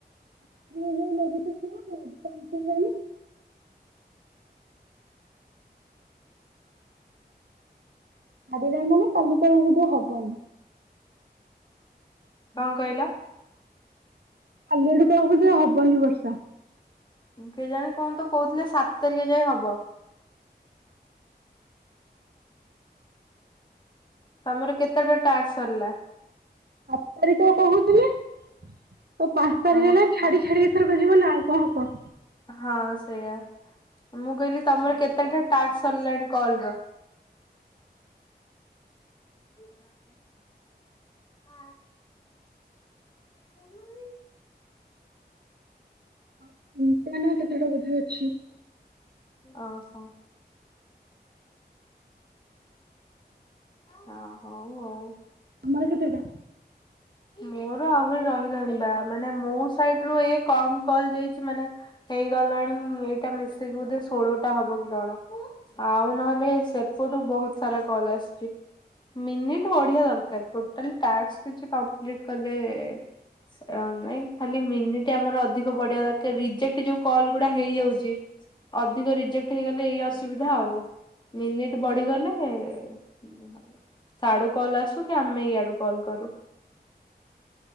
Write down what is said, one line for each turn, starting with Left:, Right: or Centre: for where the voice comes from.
Right: <unintelligible> ଆଜି ନାହିଁ ମାନେ କାଲିକି ଆଉ ସୁଦୁର ହବନି।
Left: କଣ କହିଲ?
Right: କାଲି ଆଡକୁ ଆଉ ବୋଧେ ହବନି ବର୍ଷା।
Left: କେଜାଣି କଣ ତ କୋଉଥିଲେ ସାତ ତାରିଖେ ଯାଏଁ ହବ। ତମର କେତେଟା ଟାସ୍କ ସରିଲା?
Right: ଆଠ୍ ତାରିଖ କୋହୁଥିଲେ ତ ପାଞ୍ଚ ତାରିଖ
Left: ଓ
Right: ହେଲାଣି। ଛାଡି ଛାଡି ଏଥରକ ଯିବ ନା ଆଉ କଣ ହବ।
Left: ହଁ ସେଇୟା। ମୁଁ କହିଲି ତମର କେତେଟା ଟାକ୍ସ ସରିଲାଣି କଲର? ହଁ। ଆ <unintelligible>
Right: ଆଉ ତିନଟା ନା କେତେଟା ବୋଧେ ଅଛି।
Left: ଓହୋ। ହଁ ହଉ ଆଉ।
Right: ତମର କେତେଟା?
Left: ମୋର ଆହୁରି ରହିଲାଣି ବା ମାନେ ମୋ ସାଇଡ୍ ରୁ ଏୟା କମ କଲ ଯାଇଛି, ମ୍ୟାଡ଼ମ। ହେଇଗଲାଣି-ଇ-ଇ ଏଇଟା ମିଶେଇକି ବୋଧେ ଷୋଳଟା ହବ କି କଣ। ଆଉ ନହେଲେ ସେପଟୁ ବହୁତ ସାରା କଲ ଆସିଛି। ମିନିଟ୍ ବଢିଆ ଦରକାର। ଟ୍ଟୋଟାଲି ଟାସ୍କ୍ କିଛି କମ୍ପ୍ଲିଟ କଲେ-ଏ-ଏ ଅ ନାଇଁ ଖାଲି ମିନିଟ୍ ଟ୍ ଆମର ଅଧିକ ବଢିଆ ଦରକାର ରିଜେକ୍ଟ ଯୋଉ କଲ୍ ଗୁଡା ହେଇଯାଉଛି। ଅଧିକ ରିଜେକ୍ଟ ହେଇଗଲେ ଏଇ ଅସ୍ ଅସୁବିଧା ଆଉ। ମିନିଟ ବଢିଗଲେ-ଏ-ଏ ସିଆଡ଼ୁ କଲ କିନ୍ତୁ ଆମେ ଇଆଡୁ କଲ୍ କରୁ।